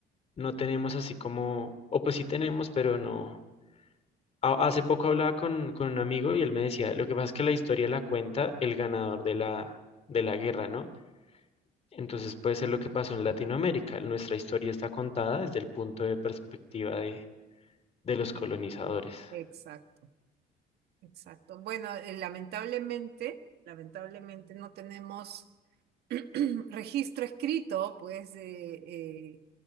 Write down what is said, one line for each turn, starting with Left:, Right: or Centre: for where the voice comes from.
Left: No tenemos así como, o pues sí tenemos, pero no. A- hace poco hablaba con, con un amigo y él me decía, lo que pasa es que la historia la cuenta el ganador de la, de la guerra, ¿no? Entonces puede ser lo que pasó en Latinoamérica. Nuestra historia está contada desde el punto de perspectiva de, de los
Right: Sí,
Left: colonizadores.
Right: sí. Exacto, exacto. Bueno, eh, lamentablemente, lamentablemente no tenemos <clears throat> registro escrito, pues, de, eh,